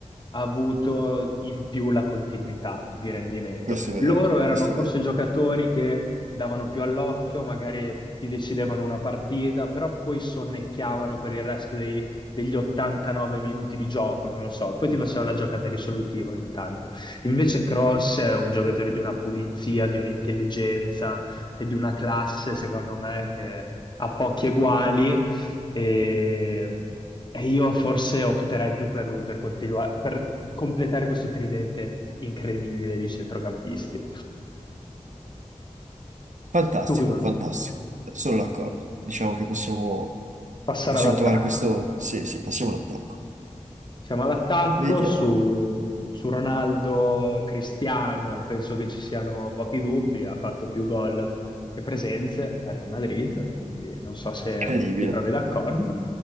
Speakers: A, on the left (about 35°); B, on the right (about 75°).
A: ha avuto in più la continuità di rendimento.
B: Questo è vero,
A: Loro erano
B: questo
A: forse
B: è vero.
A: giocatori che davano più all'occhio, magari ti decidevano una partita, però poi sonnecchiavano per il resto dei- degli 89 minuti di gioco, non lo so, poi ti faceva la giocata risolutiva ogni tanto. Invece Cross è un giocatore di una pulizia, di un'intelligenza e di una classe, secondo me, a pochi eguali e, e io forse opterei più per lui per continuare, per completare questo tridente incredibile di centrocampisti.
B: Fantastico,
A: Tu cosa?
B: fantastico. Sono d'accordo. Diciamo che possiamo,
A: Passare
B: possiamo
A: all'attacco.
B: trovare questo... Sì, sì, passiamo all'attacco.
A: Siamo all'attacco
B: Vediamo.
A: su, su Ronaldo Cristiano, penso che ci siano pochi dubbi, ha fatto più gol che presenze a Real Madrid, quindi non so se
B: Incredibile.
A: ti trovi d'accordo.